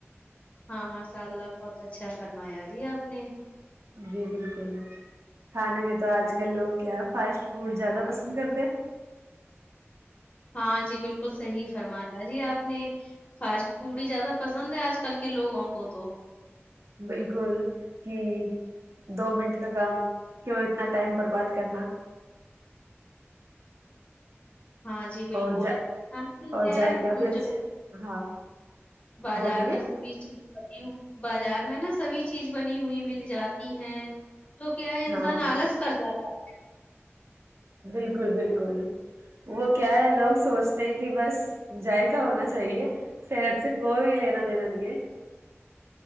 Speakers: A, on the left; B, on the right.
A: ہاں ماشاء اللہ بہت اچھا فرمایا آ جی آپ نے
B: جی بالکل کھانے میں تو آج کل لوگ کیا فاسٹ فوڈ زیادہ پسند کرتے
A: ہاں جی بالکل صحیح فرمایا جی آپ نے فاسٹ فوڈ ہی زیادہ پسند ہے آج کل کے لوگوں کو تو
B: بالکل کہ دو منٹ کا کام کیوں اتنا ٹائم پر بات کرنا
A: ہاں جی بالکل
B: اور ج
A: آل
B: اور
A: کیا
B: ذائقہ
A: ہے
B: بھی اچھا
A: جو
B: ہاں
A: بازار
B: بولیے
A: میں سبھی چیز بازار میں نا سبھی چیز بنی ہوئی مل جاتی ہیں تو کیا انسان
B: ہاں ہاں
A: آلس کر جاتا ہے
B: بالکل بالکل وہ کیا ہے لوگ سوچتے ہیں کہ بس جذائقا ہونا چاہیے صحت سے کوئی لینا دینا نہیں ہے